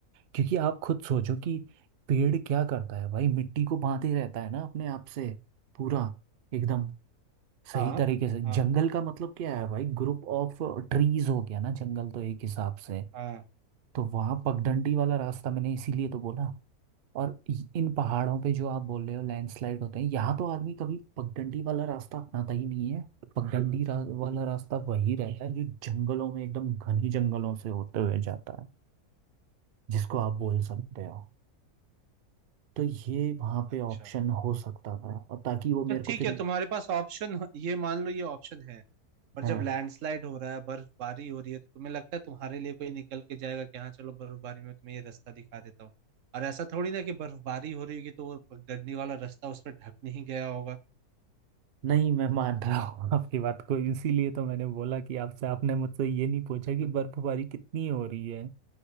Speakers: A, on the right; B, on the right.
A: क्योंकि आप खुद सोचो कि पेड़ क्या करता है भाई मिट्टी को बांधे रहता है ना अपने आप से पूरा एकदम सही
B: हाँ
A: तरीके से
B: हाँ
A: जंगल का मतलब क्या है भाई ग्रुप ऑफ ट्रीज हो गया ना जंगल तो एक हिसाब से
B: हाँ
A: तो वहां पगडंडी वाला रास्ता मैंने इसीलिए तो बोला और इ- इन पहाड़ों पे जो आप बोल रहे हो लैंडस्लाइड होते हैं यहाँ तो आदमी कभी पगडंडी वाला रास्ता अपनाता ही नहीं है पगडंडी रा, वाला रास्ता वही रहता है जो जंगलों में एकदम घनी जंगलों से होते हुए जाता है जिसको आप बोल सकते हो तो ये वहां पे
B: अच्छा
A: ऑप्शन हो सकता था और ताकि वो
B: तो
A: मेरे को
B: ठीक
A: फिर
B: है तुम्हारे पास ऑप्शन ये मान लो ये ऑप्शन है और
A: हाँ
B: जब लैंडस्लाइड हो रहा है बर्फबारी हो रही है तो तुम्हें लगता है तुम्हारे लिए कोई निकल के जाएगा कि हाँ चलो बर्फबारी में तुम्हें ये रास्ता दिखा देता हूँ और ऐसा थोड़ी ना कि बर्फबारी हो रही होगी तो वो गड्डी वाला रास्ता उस पर ढक नहीं गया होगा
A: नहीं मैं मान रहा हूँ आपकी बात को इसीलिए तो मैंने बोला कि आपसे आपने मुझसे ये नहीं पूछा कि बर्फबारी कितनी हो रही है